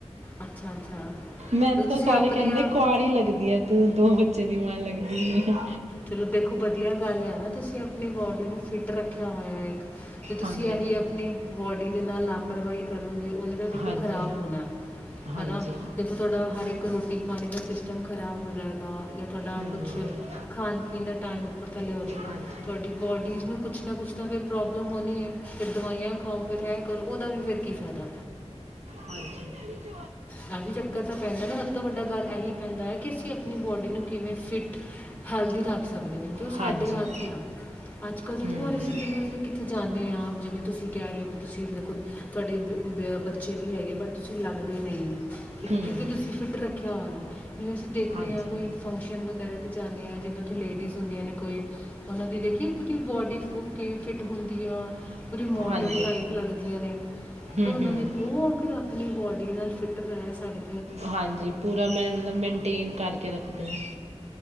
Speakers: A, on the left (about 15°); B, on the right (about 75°).
A: ਅੱਛਾ ਅੱਛਾ
B: ਮੈਨੂੰ
A: ਮਤਲਬ
B: ਤਾਂ
A: ਤੁਸੀਂ
B: ਸਾਰੇ
A: ਆਪਣੇ
B: ਕਹਿੰਦੇ
A: ਆਪ
B: ਕੁਆਰੀ ਲੱਗਦੀ ਹੈ ਤੂੰ ਦੋ ਬੱਚੇ ਦੀ ਮਾਂ ਲੱਗਦੀ ਹ
A: ਚਲੋ ਦੇਖੋ ਵਧੀਆ ਗੱਲ ਆ ਨਾ ਤੁਸੀਂ ਆਪਣੀ ਬੋਡੀ ਨੂੰ ਫਿੱਟ ਰੱਖਿਆ ਹੋਇਆ ਇੱਕ ਤੇ ਤੁਸੀਂ
B: ਹਾਂਜੀ
A: ਇਹੀ ਆਪਣੀ ਬੋਡੀ ਦੇ ਨਾਲ ਲਾਪਰਵਾਹੀ ਕਰੋਗੇ ਉਹਨੇ ਤਾਂ ਦੇਖੋ
B: ਹਾਂਜੀ
A: ਖ਼ਰਾਬ ਹੋਣਾ
B: ਹਾਂਜੀ
A: ਹੈ ਨਾ
B: ਹਾਂਜੀ
A: ਦੇਖੋ ਤੁਹਾਡਾ ਹਰ ਇੱਕ ਰੋਟੀ ਪਾਣੀ ਦਾ ਸਿਸਟਮ ਖਰਾਬ ਹੋ ਜਾਏਗਾ ਤੁਹਾਡਾ
B: ਹੂੰ
A: ਕੁਛ ਮੀ ਦੇ ਟਾਈਮੱਪ ਥੱਲੇ ਹੋ ਜਾਵੇਗਾ
B: ਹਾਂਜੀ
A: ਤੁਹਾਡੀ ਬੋਡੀਜ਼ ਨੂੰ ਕੁਛ ਨਾ ਕੁਛ ਤਾਂ ਫ ਪ੍ਰੋਬਲਮ ਹੋਣੀ ਹੈ ਫਿਰ ਦਵਾਈਆਂ ਖਾਓ ਫਿਰ ਇਹ ਕਰੋ ਉਹਦਾ ਵੀ ਫਿਰ ਕੀ ਫਾਇਦਾ
B: ਹਾਂਜੀ
A: ਕਹੀ ਚੱਕਰ ਤਾਂ ਪੈਂਦਾ ਨਾ ਸਭ ਤੋਂ ਵੱਡਾ ਗੱਲ ਇਹੀ ਪੈਂਦਾ ਹੈ ਕਿ ਅਸੀਂ ਆਪਣੀ ਬੋਡੀ ਨੂੰ ਕਿਵੇਂ ਫਿਟ ਹੈਲ ਰੱਖ ਸਕਦੇ ਕਿਉਂਕਿ ਉਹ ਸਾਡੇ
B: ਹਾਂਜੀ
A: ਹੱਥ
B: ਹਾਂਜੀ
A: ਹੀ ਆ ਅੱਜ ਕੱਲ ਦੇਖੋ
B: ਹੂੰ
A: ਹੁਣ ਅਸੀਂ ਜਿਵੇਂ ਅਸੀਂ ਜਾਂਦੇ ਹਾਂ ਜਿਵੇਂ ਤੁਸੀਂ ਕਹਿ ਰਹੇ ਹੋ ਕਿ ਤੁਸੀਂ ਦੇਖੋ ਤੁਹਾਡੇ ਬੱਚੇ ਵੀ ਹੈਗੇ ਬਟ ਤੁਸੀਂ ਅਲੱਗ ਦੇ ਨਹੀਂ ਠੀਕ
B: ਹੂੰ
A: ਹੈ ਕਿਉਂਕਿ ਤੁਸੀਂ ਫਿੱਟ ਰੱਖਿਆ ਹੋਇਆ ਜਿਵੇਂ ਅਸੀਂ ਦੇਖਦੇ
B: ਹਾਂਜੀ
A: ਹਾਂ ਕੋਈ ਫੰਕਸ਼ਨ ਵਗੈਰਾ 'ਤੇ ਜਾਂਦੇ ਹਾਂ ਜਿਵੇਂ ਉੱਥੇ ਲੇਡੀਜ਼ ਹੁੰਦੀਆਂ ਨੇ ਕੋਈ ਉਹਨਾਂ ਦੀ ਦੇਖੀਏ ਉਹਦੀ ਬੋਡੀ ਉਹ ਕਿਵੇਂ ਫਿੱਟ ਹੁੰਦੀ ਆ ਪੂਰੀ ਮੋਡਲ
B: ਹਾਂਜੀ
A: ਟਾਈਪ ਲੱਗਦੀਆਂ ਨੇ ਦੇਖੋ
B: ਹੂੰ
A: ਉਹਨਾਂ
B: ਹੂੰ
A: ਨੇ ਉਹ ਅਗ ਆਪਣੇ ਵਾਰਡ ਨਾਲ ਫਿੱਟ ਰਹਿ ਸਾਡੇ
B: ਹਾਂਜੀ ਪੂਰਾ ਮੈਂ ਮਤਲਬ ਮੇਨਟੇਨ ਕਰਕੇ ਰੱਖਦੀ ਹਾਂ